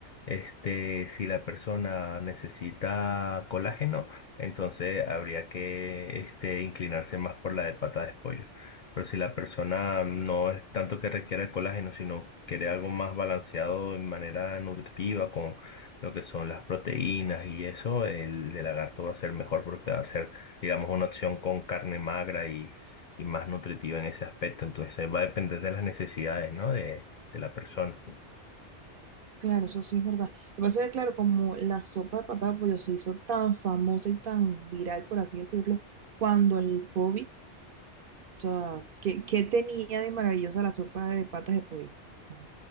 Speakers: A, on the left; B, on the right.
A: este, si la persona necesita colágeno, entonces habría que, este, inclinarse más por la de pata de pollo. Pero si la persona no es tanto que requiera el colágeno, sino quiere algo más balanceado en manera nutritiva con lo que son las proteínas y eso, el de lagarto va a ser mejor porque va a ser, digamos, una opción con carne magra y más nutritiva en ese aspecto. Entonces va a depender de las necesidades, ¿no? De, de la persona.
B: Claro, eso sí es verdad. Lo que pasa es que, claro, como la sopa de patas de pollo se hizo tan famosa y tan viral, por así decirlo, cuando el COVID sea, ¿qué, qué tenía de maravillosa la sopa de patas de pollo? O sea,